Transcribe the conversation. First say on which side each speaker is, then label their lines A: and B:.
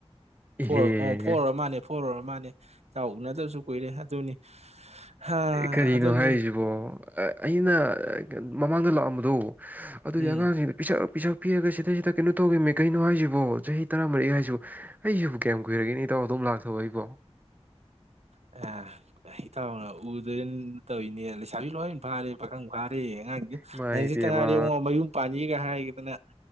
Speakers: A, on the right; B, on the right.
A: ꯏꯍꯦ
B: ꯐꯣꯔ ꯑꯣ ꯐꯣꯔ ꯑꯣꯏꯔ ꯃꯥꯅꯦ ꯐꯣꯔ ꯑꯣꯏꯔ ꯃꯥꯅꯦ ꯏꯇꯥꯎ ꯎꯅꯗꯕꯁꯨ ꯀꯨꯏꯔꯦ ꯑꯗꯨꯅꯤ ꯍꯥ
A: ꯀꯔꯤꯅꯣ
B: ꯑꯗꯨꯅꯤ
A: ꯍꯥꯏꯔꯤꯁꯤꯕꯣ ꯑꯩꯅ ꯃꯃꯥꯡꯗ ꯂꯥꯛꯑꯝꯕꯗꯣ ꯑꯗꯨꯗꯤ
B: ꯎꯝ
A: ꯑꯉꯥꯡꯁꯤꯡꯗ ꯄꯤꯁꯛ ꯄꯤꯁꯛ ꯄꯤꯔꯒ ꯁꯤꯗꯩꯁꯤꯗ ꯀꯩꯅꯣ ꯇꯧꯈꯤꯕꯅꯦ ꯀꯩꯅꯣ ꯍꯥꯏꯁꯤꯕꯣ ꯆꯍꯤ ꯇꯔꯥꯃꯔꯛꯏ ꯍꯥꯏꯁꯤ ꯑꯩꯁꯤꯕꯨ ꯀꯌꯥꯝ ꯀꯨꯏꯔꯒꯦꯅꯤ ꯏꯇꯥꯎ ꯑꯗꯨꯝ ꯂꯥꯛꯊꯣꯛꯑꯣ ꯑꯩꯕꯣ
B: ꯑ ꯏꯇꯥꯎꯅ ꯎꯗꯅ ꯇꯧꯅꯦ ꯂꯩꯁꯥꯕꯤ ꯂꯣꯏ ꯐꯥꯔꯦ ꯄꯥꯈꯪ ꯐꯥꯔꯦ ꯑꯉꯥꯡꯁꯦ
A: ꯏꯃꯥꯏ
B: ꯍꯌꯦꯡꯇꯥ
A: ꯄꯦꯝꯃ
B: ꯉꯥꯏꯔꯦ ꯌꯦꯡꯉꯣ ꯃꯌꯨꯝ ꯄꯥꯟꯅꯤꯒ ꯍꯥꯏꯒꯗꯅ